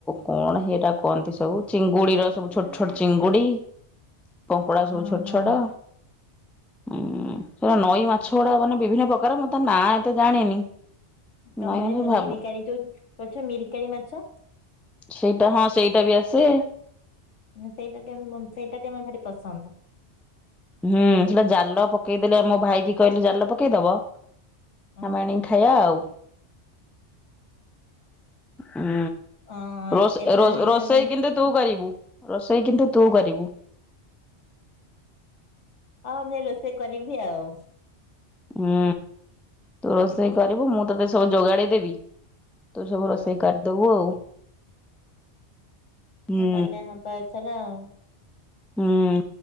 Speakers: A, in the centre; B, on the left.
A: କଣ ହେରା କୁହନ୍ତି ସବୁ ଚିଙ୍ଗୁଡିର ସବୁ ଛୋଟ ଛୋଟ ଚିଙ୍ଗୁଡି।
B: <inaudible>
A: କଙ୍କଡା ସବୁ
B: ଓହୋ
A: ଛୋଟ ଛୋଟ। ହୁଁ ସେ ନଈ ମାଛ ଗୁଡା ମାନେ ବିଭିନ୍ନ ପ୍ରକାର ମୁଁ ତ ନା ଏତେ ଜାଣିନି।
B: <unintelligible>
A: ନଈ ମାଛ ଭାବୁ
B: ମିରିକାଳି <unintelligible> ମିରିକାଳି ମାଛ?
A: ସେଇଟା ହଁ ସେଇଟା ବି ଆସେ।
B: ସେଇଟା ଟିକେ ମ ସେଇଟା ଟିକେ ମୋର ଭାରି ପସନ୍ଦ।
A: ହୁଁ ସେଟା ଜାଲ ପକେଇଦେଲେ ଆମ ଭାଇ କି କହିଲେ ଜାଲ ପକେଇଦବ।
B: ଓହୋ।
A: ଆମେ ଆଣିକି ଖାଇବା ଆଉ। ହୁଁ।
B: ହଁ
A: ରୋଷ
B: ଏଥର
A: ରଷ
B: ଏଇଥର
A: ର ରୋଷେଇ କିନ୍ତୁ ତୁ କରିବୁ ରୋଷେଇ କିନ୍ତୁ ତୁ କରିବୁ।
B: ହଁ ମୁଁ ରୋଷେଇ କରିବି ଆଉ।
A: ହୁଁ ତୁ ରୋଷେଇ କରିବୁ ମୁଁ ତତେ ସବୁ ଯୋଗାଡି ଦେବି। ତୁ ସବୁ
B: ହଁ।
A: ରୋଷେଇ କରିଦବୁ ଆଉ। ହୁଁ।
B: ହଁ ଗଲେ ହବ ଏଥର ଆଉ।
A: ହୁଁ।